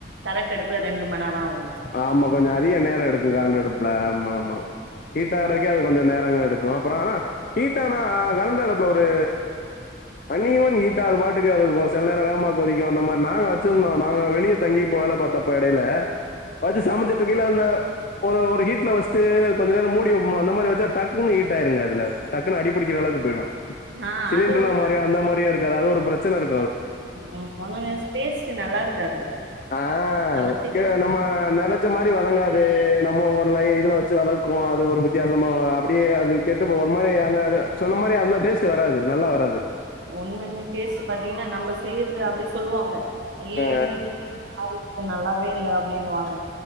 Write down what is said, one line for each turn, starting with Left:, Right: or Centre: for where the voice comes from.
Right: கரண்ட் அடுப்புல ரெண்டு மண் நேர ஆவு
Left: ஆமா கொஞ்ச அதிக நேர எடுக்கு கரண்ட் அடுப்புல ஆமாமா ஹீட்டாகுறதுக்கே
Right: ரொம்ப நேரோ
Left: அது கொஞ்ச நேர எடுக்கு அப்பறோ ஹீட்டானா கரண்ட் அடுப்புல ஒரு அன் ஈவன் ஹீட்டா அது பாட்டுக்கு அது செல நேரொ வேகமா கொதிக்கு அந்த மாரி நாங்க வச்சுருந்தோ நாங்க வெளிய‌ தங்கி ப வேல பாத்தப்ப எடைல வச்சு சமச்சுட்ருக்கேல அந்த ஒரு ஒரு ஹீட்ல வச்ட்டு கொஞ்ச நேர மூடி வப்பொம்ல அந்த மாரி வச்சா டக்குனு ஹீ்ட் ஆயிருங்க அதுல டக்குனு அடிப்புடிக்கிற அளவுக்கு போயிடு
Right: ம் ஆ
Left: சிலிண்டர்ல
Right: அது உண்ம
Left: மாரி அந்த மாரிய இருக்காது அது ஒரு பிரச்சனரு
Right: ம் <unintelligible> டேஸ்ட்டு நல்லாருக்காது
Left: ஆ
Right: நம்ம செய்றது
Left: கே நம்ம நெனச்ச மாரி வதங்காது நம்ம ஒரு லை இதுல வச்சு வதக் குவோ அது ஒரு வித்தியாசமா அப்டியே அது கெட்டுபோ ஒரு மாரி அந்த சொன்ன மாரி அந்த டேஸ்ட்டு வராது நல்லா வராது
Right: உண்மைலுமே டேஸ்ட்டு பாத்தீங்கன்னா நம்ப செய்றது அப்டி சொல்வாங்க அய்ய
Left: ஆ
Right: இன்னக்கி என்ன ஒரு மாரி நல்லாவே இல்ல அ அப்புடின்னுவாங்க